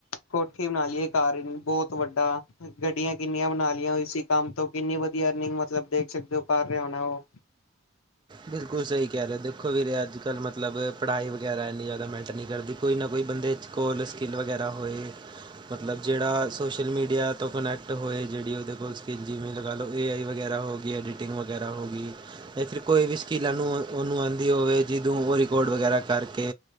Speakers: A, on the left; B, on the right.
A: ਕੋਠੀ ਬਣਾ ਲਈਏ ਘਰ ਬੋਤ ਵੱਡਾ ਗੱਡੀਆਂ ਕਿੰਨੀਆਂ ਬਣਾ ਲਈਆਂ ਹੋਈ ਏਸੀ ਕੰਮ ਤੋਂ ਕਿੰਨੀ ਵਧੀਆ ਐਰਨਿੰਗ ਮਤਲਬ ਦੇਖ ਸਕਦੇ ਹੋ ਕਰ ਰਿਆ ਹੋਣਾ ਓ।
B: ਬਿਲਕੁਲ ਸਹੀ ਕਹਿ ਰਹੇ ਦੇਖੋ ਵੀਰੇ, ਅੱਜ ਕੱਲ੍ਹ ਮਤਲਬ ਪੜ੍ਹਾਈ ਵਗੈਰਾ ਇੰਨੀ ਜ਼ਿਆਦਾ ਮੈਟਰ ਨਹੀਂ ਕਰਦੀ ਕੋਈ ਨਾ ਕੋਈ ਬੰਦੇ ਚ ਕੋਲ ਸਕਿੱਲ ਵਗੈਰਾ ਹੋਏ, ਮਤਲਬ ਜਿਹੜਾ ਸੋਸ਼ਲ ਮੀਡੀਆ ਤੋਂ ਕਨੈਕਟ ਹੋਏ, ਜਿਹੜੀ ਉਹਦੇ ਕੋਲ ਸਕਿੱਲ ਜਿਵੇਂ ਲਗਾ ਲਓ ਏ ਆਈ ਵਗੈਰਾ ਹੋਏ। ਐਡਿਟਿੰਗ ਵਗੈਰਾ ਹੋ ਗਈ ਜਾਂ ਫਿਰ ਕੋਈ ਵੀ ਸਕਿੱਲ। ਸਕੀਲਾਂ ਨੂੰ ਉਹਨੂੰ ਆਉਂਦੀ ਹੋਵੇ, ਜਿਹਦੂੰ ਉਹ ਰਿਕਾਰਡ ਵਗੈਰਾ ਕਰਕੇ